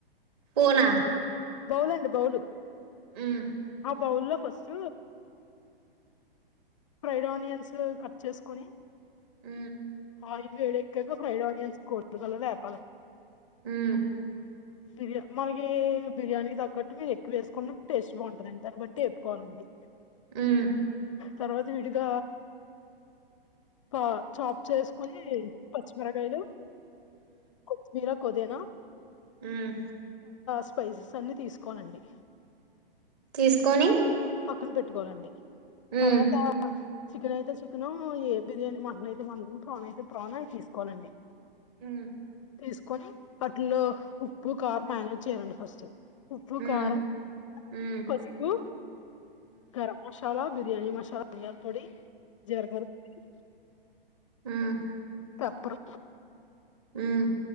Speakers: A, on the right; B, on the left.
A: పోనా
B: బౌల్ఇస్ బౌలు
A: ఉమ్
B: ఆ బౌల్ లో ఫస్ట్ ఫ్రైడ్ ఆనియన్స్ కట్ చేసుకుని
A: ఉ
B: ఆ ఇది వేడక్క ఫ్రైడ్ ఆనియన్స్ కోల్ల్ కలర్ ఆపాలండి
A: ఉమ్
B: బిర్యా మనకి బిర్యానీ తగ్గట్టు మీరు ఎక్కువ వేసుకున్న టేస్ట్ బాగుంటుందండి దాన్ని బట్టి ఏప్పుకోవాలండి అ
A: ఉమ్
B: తర్వాత విడిద పా చ చేసుకుని పచ్చిమిరకాయలు కొత్తిమీర పుదీనా
A: ఉమ్
B: స్పైసెస్ అన్ని తీసుకోనండి
A: తీసుకొని
B: పక్కన పెట్టుకోవాలండి
A: హుమ్
B: తర్వాత చికెన్ అయితే చికెన్ ఏ బిర్యానీ మటన్ అయితే మంటో ప్రాణ అయితే ప్రాణ అవి తీసుకోవాలండి
A: ఉమ్
B: తీసుకొని అటిల్లో ఉప్పు కార్ మేనేజ్ చేయ్యాలండి ఫస్ట్ ఉప్పు
A: మ్మ్
B: కారం
A: మ్మ్
B: పసుపు కారం మసాలా బిర్యానీ మసాలా ధన్య పొడి జీలకర్ర పొడి
A: ఉమ్
B: తప్పుడు
A: ఉమ్